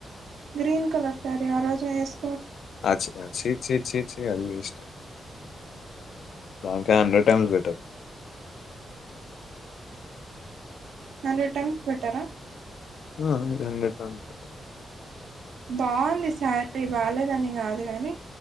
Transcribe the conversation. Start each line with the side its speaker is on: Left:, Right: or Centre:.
Right: గ్రీన్ కలర్ సారి ఆరోజు నేను ఎస్
Left: అచ్చి అ చి చి చి చి అది వేస్ట్ దాక hundred times better
Right: hundred times better ఆ
Left: ఆ హండ్రెడ్ టైమ్స్ బెటర్
Right: బావుంది సారి బాలేదని కాదు గానీ